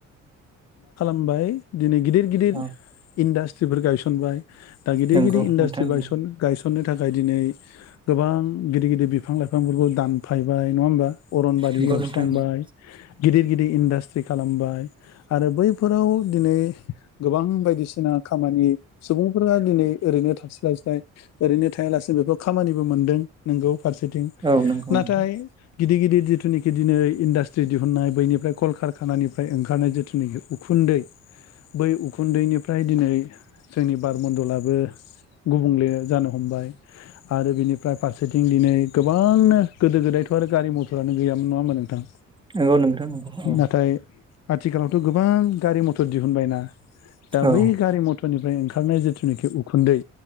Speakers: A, on the left; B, on the right.
A: बाय दिनै गिदिर गिदिर
B: औ
A: इन्डास्ट्रिफोर गायसनबाय दा गिदिर
B: नंगौ
A: गिदिर इन्डासट्रिायसन
B: नोंथां नंगौ
A: गायसन नो थाखाय दिनै गोबां गिदिर गिदिर बिफां-लाइफांफोरखौ दानफायबाय नङा होमबा? अरनबारि
B: नंगौ
A: एवस्रांबाय
B: नोंथां नंगौ
A: गिदिर गिदिर इन्डास्ट्रि खालामबाय आरो बै बे फोराव दिनै गोबां बायदिसिना खामानि सुबुं फोरा दिनै ओरैनो थास्लायस्लाय ओरैनो थायालासेनो बेफोर खामानिबो मोनदों नोंगौ। फारसेथिं
B: औ नंगौ
A: नाथाय
B: नोंथां
A: गिदिर गिदिर जिथुनाखि दिनै इन्डास्ट्रि दिहुननाय बैनिफ्राय कलकारखानानिफ्राय ओंखारनाय जिथुनाखि उखुन्दै बै उखुन्दैनिफ्राय दिनै जोंनि बारमन्दलाबो गुबुंले जानो हमबाय आरो बिनिफ्राय फारसेथिं दिनै गोबांनो गोदो गोदाय थ' आरो गारि मथरानो गैयामोन नङा होनबा नोंथां।
B: नंगौ नोंथां नंगौ औ।
A: नाथाय आथिखालावथ' गोबां गारि मथर दिहुनबायना दा
B: औ
A: बै गारि म'थरनिफ्राय ओंखारनाय जिथुनाखि उखु उखुन्दै